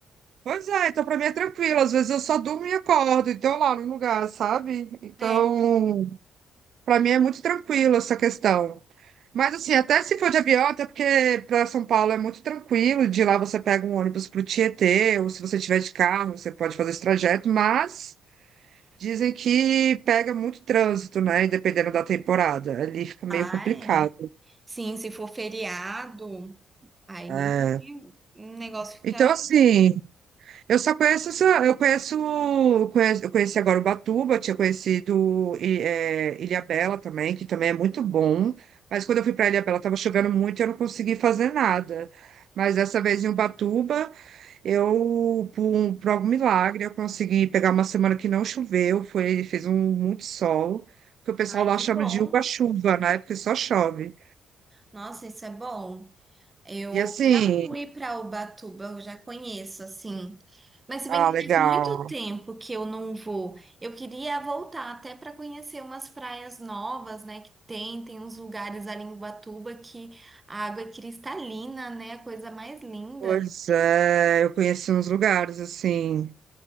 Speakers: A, on the right; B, on the right.
A: Pois é, então para mim é tranquilo. Às vezes eu só durmo e acordo, então lá no lugar, sabe? Então,
B: É.
A: para mim é muito tranquilo essa questão. Mas assim, até se for de avião, até porque para São Paulo é muito tranquilo, de lá você pega um ônibus para o Tietê, ou se você tiver de carro, você pode fazer esse trajeto, mas Dizem que pega muito trânsito, né? E dependendo da temporada, ali fica meio
B: Ah,
A: complicado.
B: é. Sim, se for feriado, aí
A: É.
B: o negócio
A: Então,
B: fica.
A: assim, Eu só conheço, essa- eu conheço, eu conheço, eu conheci agora Ubatuba, tinha conhecido I- eh, Ilhabela também, que também é muito bom. Mas quando eu fui para Ilhabela estava chovendo muito e eu não consegui fazer nada. Mas dessa vez em Ubatuba, eu, por, um- por algum milagre, eu consegui pegar uma semana que não choveu, foi, fez um muito sol, que o pessoal
B: Ai,
A: lá
B: que
A: chama
B: bom.
A: de uba-chuva, né? Porque só chove.
B: Nossa, isso é bom. Eu
A: E assim,
B: já fui para Ubatuba, eu já conheço, assim. Mas se bem
A: ah,
B: que
A: legal.
B: faz muito tempo que eu não vou. Eu queria voltar até para conhecer umas praias novas, né? Que tem, tem uns lugares ali em Ubatuba que a água é cristalina, né? a Coisa mais linda.
A: Pois é, eu conheci uns lugares assim.